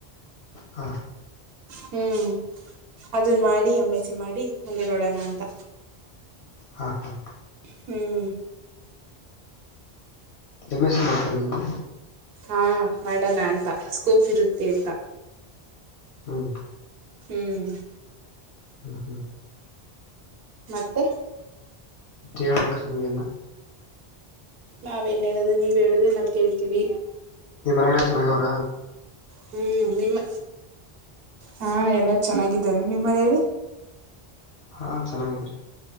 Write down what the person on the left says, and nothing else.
ಹಾ
ಹಾ ಹಾ
ಯಮ ಸೀ ಮಾಡ್ತೀರ ನೀವು
ಹ್ಮ್
ಹ್ಮ ಹ್ಮ್
ಹೇಳ್ಬೇಕ್ರೀ ನೀವ ಎಲ್ಲ
ನಿ್ ಮನೆಲ್ಲ ಚೆನ್ನಾಗಾವ್ರ
ಹಾ ಚೆನ್ನಾಗಿದೀರಿ